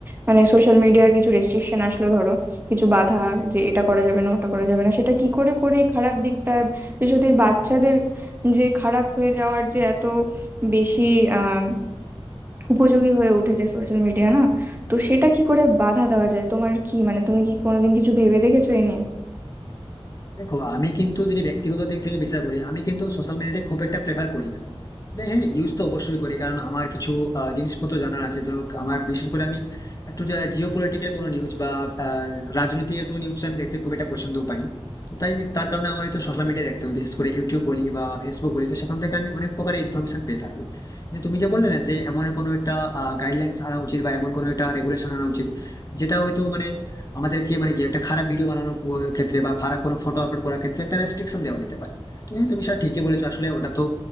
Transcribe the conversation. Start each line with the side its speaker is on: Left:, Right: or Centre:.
Right: মানে সোশ্যাল মিডিয়ার কিছু রেস্ট্রিকশন আসলো ধরো কিছু বাধা যে এটা করা যাবে না ওটা করা যাবে না সেটা কি করে করে এই খারাপ দিকটা বিশেষত এই বাচ্চাদের যে খারাপ হয়ে যাওয়ার যে এত বেশি আহ উপযোগী হয়ে উঠেছে সোশ্যাল মিডিয়া না তো সেটা কি করে বাধা দেওয়া যায় তোমার কি মানে তুমি কি কোনোদিন কিছু ভেবে দেখেছো এই নিয়ে
Left: দেখো আমি কিন্তু যদি ব্যক্তিগত দিক থেকে বিচার করি আমি কিন্তু সোশ্যাল মিডিয়াটা খুব একটা প্রেফার করি না তবে হ্যাঁ ইউজ তো অবশ্যই করি কারণ আমার কিছু আহ, জিনিসপত্র জানার আছে ধরো আমার বিশেষ করে আমি একটু জিও পলিটিক্যাল কোনো নিউজ বা আহ, রাজনৈতিক একটু নিউজ আমি দেখতে খুব একটা পছন্দ পাই তো তাই তার কারণে আমার তো সোশ্যাল মিডিয়া দেখতে হবে বিশেষ করে ইউটিউব বলি বা ফেসবুক বলি তো সেখান থেকে আমি অনেক প্রকারের ইনফরমেশন পেয়ে থাকি কিন্তু তুমি যে বললে না যে এমন কোনো একটা গাইডলাইন্স আনা উচিত বা এমন কোনো একটা রেগুলেশন আনা উচিত যেটা হয়তো মানে আমাদেরকে মানে কি একটা খারাপ ভিডিও বানানোর প- ক্ষেত্রে বা খারাপ কোনো ফটো আপলোড করার ক্ষেত্রে একটা রেস্ট্রিকশন দেওয়া যেতে পারে তো হ্যাঁ তুমি সেটা ঠিকই বলেছো আসলে ওটা তো